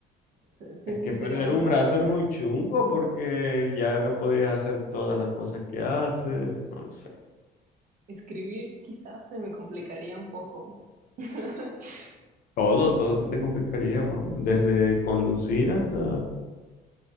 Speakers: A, on the right (about 50°); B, on the left (about 55°).
A: se, se
B: Es
A: sentiría
B: que perder
A: más
B: un
A: raro.
B: brazo es muy chungo porque ya no podrías hacer todas las cosas que haces. No lo sé.
A: Escribir quizás se me complicaría un poco. <laughs>
B: Todo, todo se te complicaría, vamos. Desde conducir hasta...